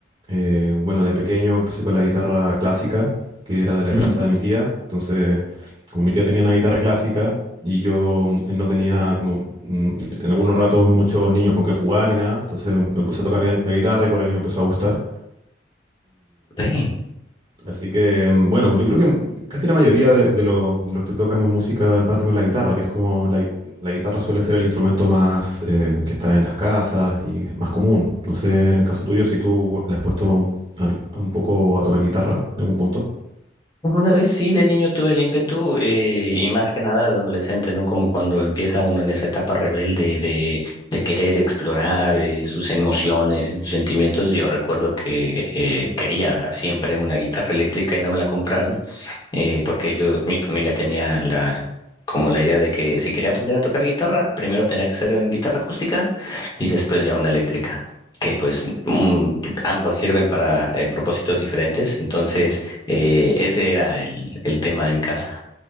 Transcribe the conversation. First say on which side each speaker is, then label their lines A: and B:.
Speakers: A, on the right; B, on the left.
A: eh, bueno, de pequeño empecé con la guitarra clásica, que era de la
B: ¿Mm?
A: casa de mi tía. Entonces, como mi tía tenía una guitarra clásica y yo mm, eh, no tenía como mm, en algunos ratos muchos niños con que jugar ni nada, entonces me, me puse
B: Ujú.
A: a tocar la la guitarra y por ahí me empezó a gustar.
B: Ok.
A: Así que, mm, bueno, yo creo que casi la mayoría de, de los de los que tocamos música en parte con la guitarra, que es como la, gui- la guitarra suele ser el instrumento más eh, que está en las casas y es más común. No sé, en el caso tuyo, si tú le has puesto al- un poco a tocar guitarra en algún punto.
B: Alguna vez sí, de niño tuve el ímpetu eh, y más que nada de adolescente, ¿no? Como cuando empieza uno en esa etapa rebelde de, de querer explorar eh, sus emociones y sus sentimientos. Yo recuerdo que eh, quería siempre una guitarra eléctrica y no me la compraron eh, porque yo, mi familia tenía la, como la idea de que si quería aprender a tocar guitarra, primero tenía que ser en guitarra acústica y después ya una eléctrica, que pues mm, ambas sirven para eh, propósitos diferentes, entonces eh, ese era el, el tema en casa,